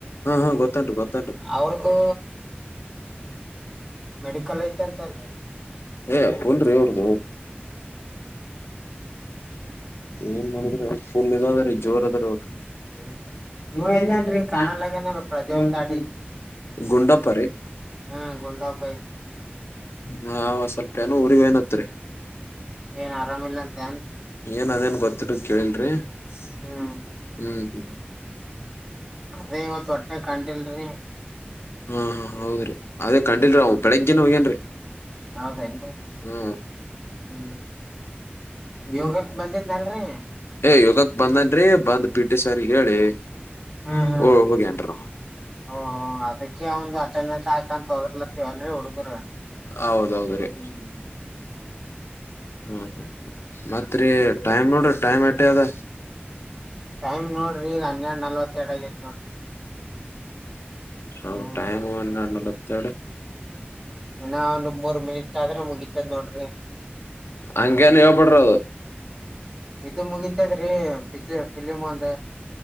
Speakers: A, on the left; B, on the right.
A: ಹಾ <unintelligible> ಗೊತ್ತತು ಗೊತ್ತತು
B: ಅವ್ರದುು ಮೆಡಿಕಲ್ ಐತ್ ಅಂತಲ್ರಿ
A: ಏ ಪನ್ರಿೀ ಅವರ್ದು ಏನ್ ಮಾಡಿದ್ರ ಪೂಮ ಅದ್ರೀ ಜೋರ್ ಅದ್ರರು
B: ಹ್ಮ್
A: <unintelligible>
B: ಇವ ಇಲ್ಲನ್ರಿ ಕಾಣಲ್ಲಗನಲ್ ಪ್ರಜ್ವಲ್ ದಾಡಿ
A: ಗುಂಡಪ್ಪ ರೀ
B: ಹ್ಮ ಗುಂಡಬ್ಬೈ
A: ಹ ಸ್ವಲ್ಪ ನೋ <unintelligible> ಉರಿವೇನತ್ರರಿ
B: ಏನ್ ಆರಾಮಿಲ್ಲ ಅಂತಏನ್
A: ಏನ್ ಅದೇನ್ ಗೊತ್ತಿರದ್ ಕೇಳಲ್ರಿ ಹ್ಮ
B: ಹ್ಮ್
A: ಹ್ಮ್ ಹ್ಮ್ ಹ್ಮ
B: ಅದೇ ಇವತ್ ಹೊಟ್ಟೆ ಕಂಡಿಲ್ರಿ
A: ಹಾ ಹಾ ಹೌದ ರೀ ಅದೇ ಕಂಡಿಲ್ರೀ ಅವ್ ಬೆಳಿಗ್ಗೆನ್ ಹೋಗ್ಯನ್ರಿ
B: ಹೌದೇನ್
A: ಹ್ಮ್
B: ಹ್ಮ್
A: ಬ
B: ಯೋಗಕ್ ಬಂದಿದ್ನಲ್ರಿ
A: ಏ ಯೋಗಕ್ ಬಂದನ್ರಿ ಪ್ಪ ಅಂದ ಪಿ ಟಿ ಸಾರಿ ಹೇಳಿ
B: ಹ್ಮ್
A: ಹ
B: ಹ್ಮ್
A: ಓ ಹೋಗಿಟ
B: ಓ ಅದಕ್ಕೆ ಅವಂದು ಅಟೆಂಡೆನ್ಸ್ ಹಾಕಂತ ಹೋದರ್ಲತ್ತವಲ್ರಿ ಹುಡುಗರು
A: ಹೌದೌದ ರೀ
B: ಹ್ಮ್
A: ಹ್ಮ್ ಹ್ಮ್ ಮತ್ರಿ ಟೈಮ್ ನೋಡ್ರಿ ಟೈಮ್ ಎಟ ಅದ
B: ಟೈಮ್ ನೋಡ್ರಿ ಈಗ ಹನ್ನೆರಡ್ ನಲ್ವತ್ತೆರಡ್ ಆಗೇತ್ ನೋಡ್ರಿ
A: ಹ
B: ಹ್ಮ್
A: ಟೈಮ್ ತ್ತ
B: ಇನ್ನ ಒಂದ ಮೂರ್ ಮಿನಿಟ್ ಆದ್ರೆ ಮುಗಿತದ ನೋಡ್ರಿ
A: ಹಂಗಗೆನು ಹೇಳ್ ಬಿಿಡ್ರೋದು
B: ಇದು ಮುಗತದ್ರಿ ಫಿಲಿಮ್ ಒಂದ